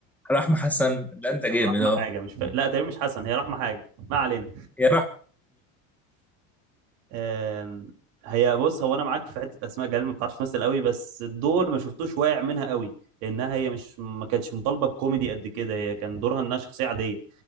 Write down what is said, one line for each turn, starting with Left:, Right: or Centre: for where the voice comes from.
Centre: رحمه حسن ده انت جامد
Right: او رحمه
Centre: اه
Right: حاجه مش فا... لا تقريبا مش حسن هي رحمه حاجه ما علينا
Centre: يا رحمه
Right: آم... هي بص هو انا معاك في حته اسماء جلال ما بتعرفش تمثل قوي بس الدور ما شفتوش واقع منها قوي لانها هي مش ما كانتش مطالبه بكوميدي قد كده هي كان دورها انها شخصيه عاديه